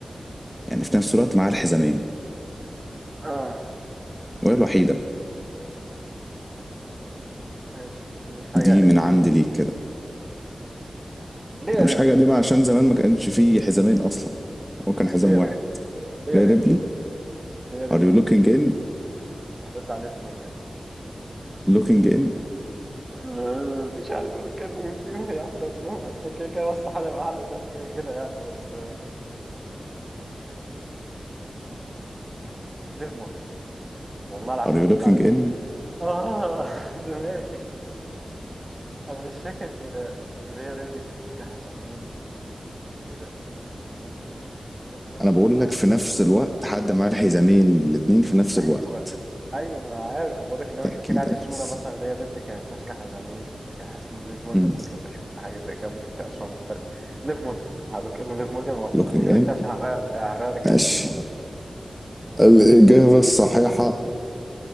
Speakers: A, in the centre; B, on the right.
A: يعني في نفس الوقت معاها الحزامين
B: اه
A: وهي الوحيدة
B: ماشي مش حاجة
A: دي
B: قديمة
A: من عندي ليك كده
B: ليا
A: مش
B: ريبلي
A: حاجة قديمة عشان زمان ما كانش فيه حزامين أصلا هو كان حزام
B: ليا
A: واحد
B: ريبلي ليا
A: ري
B: ريبلي
A: ريبلي
B: ليا ريبلي
A: are you looking in
B: هتطلع ليف مورجان
A: looking in
B: آه، مش عارف انا كان مين فيهم هي واحدة منهم اصلا كده كده استحالة يبقى حد تاني كده كده يعني بس آه، ليف مورجان والله العظيم
A: are you
B: هتطلع
A: looking
B: ليف.
A: in
B: اه <laughs> دماغي انا مش فاكر آه، ريا ريبلي كانت ماسكها زمان قبل كده بس ممكن ليف مورجان
A: أنا بقول
B: أعمى
A: لك في نفس الوقت حد معاه الحزامين الاتنين في نفس الوقت
B: أيوه أيوه ما أنا عارف بقولك إن أنا
A: تأكيدا
B: مش فاكر يعني صورة
A: بس
B: مثلا اللي هي ريبلي كانت ماسكة حزامين لكن حاسس إن ليف مورجان
A: مم.
B: ممكن أبقى شفت حاجة زي كده ممكن تبقى صورة مختلفة ليف مورجان هقولك إن ليف مورجان وما تسألنيش
A: looking in
B: بقى كتير عشان هغير هغير إجابتي
A: ماشي
B: في الموضوع.
A: الإجابة الصحيحة